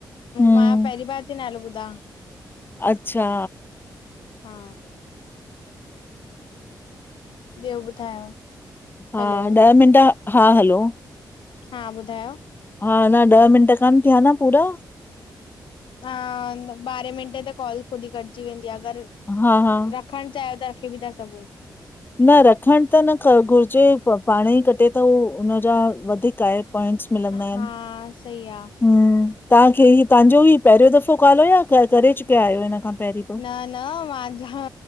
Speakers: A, on the left; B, on the left.
A: हम्म
B: मां पहिरीं बार ती नालो ॿुधां।
A: अच्छा
B: हा ॿियो ॿुधायो?
A: हा
B: हलो
A: ॾह मिंट हा हलो
B: हा ॿुधायो
A: हा अञा ॾह मिंट कान थिया न पूरा?
B: हा ॿारहें मिंटें ते कॉल ख़ुद ही कटिजी वेंदी आ अगर-
A: हा हा
B: रखण चाहियो त रखे ॿि ता सघुं।
A: न रखण त न ख घुरिजे पाण ही कटे तो उनजा वधीक आहे प्वाइंट्स। मिलन्दा
B: हा
A: इन
B: सही आहे
A: हम्म तव्हांखे ही तव्हांजो ही पहिरियों दफ़ो काल आ या करे चुकिया आहियो इन खां? पहिरीं बि?
B: न न मांझा